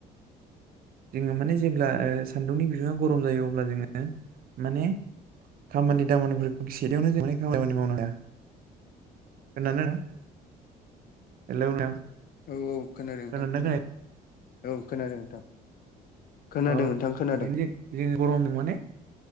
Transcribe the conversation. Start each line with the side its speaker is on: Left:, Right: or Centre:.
Right: जोङो माने जेब्ला सान्दुंनि बिबाङा गरम जायो अब्ला जोङो माने। खामानि दामानिफोरखौ सेदियावनो जों खामानि मावनो हाया। खोनादों ना नोंथां हेलौ
Left: औ औ खोनादों नोंथां
Right: खोनादोंना
Left: खोनादों
Right: खोनायाखै
Left: औ खोनादों नोंथां। खोनादों
Right: औ
Left: नोंथां खोनादों
Right: बिदिनो जों जों गरमनो माने।